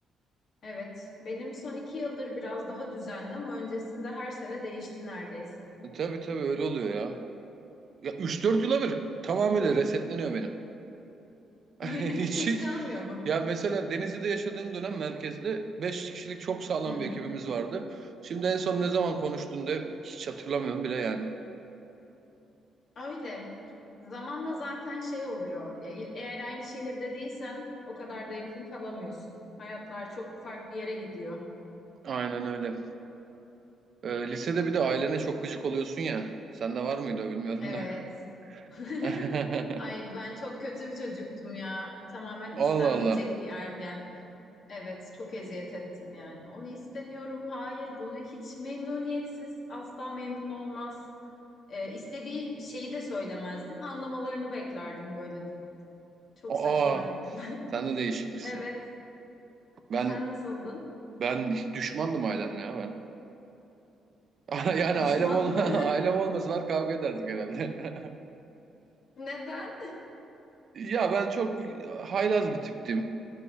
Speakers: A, on the left (about 60°); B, on the right (about 50°).
A: Evet benim son iki yıldır biraz daha düzenli ama öncesinde her sene değişti neredeyse.
B: E, Tabii tabii öyle oluyor ya. Ya üç dört yıla bir tamamıyla resetleniyor benim. <laughs>
A: <laughs>
B: Hiç
A: Hiç
B: hiç.
A: kalmıyor mu?
B: Ya mesela Denizli'de yaşadığım dönem merkezde 5 kişilik çok sağlam
A: Hı hı.
B: bir ekibimiz vardı. Şimdi en son ne zaman konuştuğunda hiç hatırlamıyorum bile yani.
A: Öyle. Zamanla zaten şey oluyor. E- Eğer aynı şehirde değilsen o kadar da yakın kalamıyorsun. Hayatlar çok farklı yere gidiyor.
B: Aynen öyle. Ee, lisede bir de ailene çok gıcık oluyorsun ya. Sende var mıydı o bilmiyorum
A: Evet.
B: da.
A: <laughs>
B: <laughs>
A: Ay ben çok kötü bir çocuktum ya. Tamamen
B: Allah
A: istenmeyecek
B: Allah.
A: bir ergen. Evet, çok eziyet ettim yani. Onu istemiyorum. Hayır, bunu hiç memnuniyetsiz. Asla memnun olmaz. E, istediği şeyi de söylemezdim. Anlamalarını beklerdim böyle durup. Çok
B: Aa,
A: saçmaydım. <laughs>
B: sen de değişikmişsin.
A: Evet.
B: Ben
A: Sen nasıldın?
B: ben hiç düşmandım ailemle ya ben. <laughs> Yani
A: Düşman
B: ailem ol
A: mı?
B: <laughs> ailem olmasalar kavga ederdik herhalde. <laughs>
A: <laughs> Neden?
B: Ya ben çok haylaz bir tiptim